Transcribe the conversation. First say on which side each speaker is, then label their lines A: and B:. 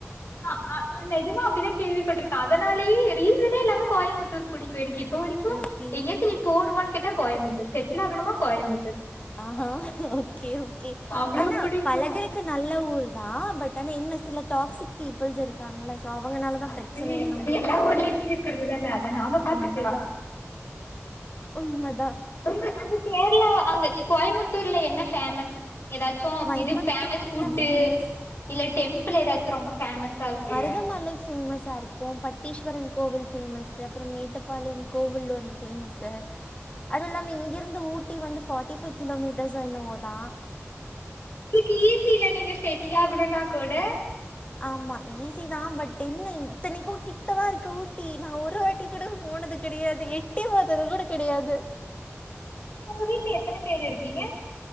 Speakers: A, on the left; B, on the left.
A: ஆஹ் ஆஹ் நஜமா அப்டிதா கேள்விப்பட்டிருக்கே அதனாலயே ரீசனே இல்லாம கோயமுத்தூர் பிடிக்கு எனக்கு இப்ப வரைக்கு
B: ஓகே
A: எங்கயாச்சும் நீ போணுமானு கேட்டா கோயம்புத்தூர் செட்டில் ஆகணுமா கோயமுத்தூர்
B: ஆஹா ஓகே ஓகே
A: அவ்வளவு
B: ஆனா
A: பிடிக்கும்
B: பழகர நல்ல ஊர் தா பட் ஆனா என்ன சில டாக்சிக் பீபுள்ஸ் இருக்காங்கள சோ அவங்கனாலதா
A: அது
B: பிரச்சனையே நம்மளுக்கு
A: அது எல்லா ஊர்லயுமே இருக்கிறது தான அத நாம பாத்துக்கலா
B: உண்மதா உண்மதா
A: உங்க அங்க கேரளா அங்க கோயமுத்தூர்ல என்ன ஃபேமஸ் எதாச்சு
B: கோயம்புத்தூர்ல
A: இது ஃபேமஸ் ஃபுட்டு
B: ஃபேமஸ்
A: இல்ல டெம்பிள் எதாச்சு ரொம்ப ஃபேமஸா இருக்குல்ல
B: இந்த மலை ஃபேமஸ்ஸா இருக்கு பட்டீஸ்வரன் கோவில் ஃபேமஸு அப்புறோ மேட்டப்பாளையம் கோவில் ஒன்னு ஃபேமஸு அது இல்லாம இங்கிருந்து ஊட்டி வந்து ஃபார்ட்டி பைய் கிலோமீட்டர்ஸோ என்னவோ தா
A: சிசில நீங்க செட்டில் ஆகணுன்னா கூட
B: ஆமா ஈஸி தா பட் என்ன இத்தனைக்கு கிட்டதா இருக்கு ஊட்டி நா ஒருவா எட்டி கூட போனது கிடையாது எட்டி பாத்தது கூட கிடையாது
A: உங்க வீட்டுல எத்தன பேரு இருக்கீங்க